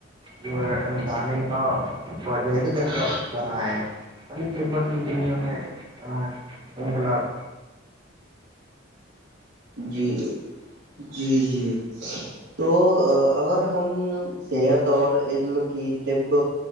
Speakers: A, on the right; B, on the right.
A: جو دانے کا وجہ بنا ہے ا قبت کی دنیا میں ا انکلاب
B: جی جی جی تو اگر ہم صحت اور علم کی طب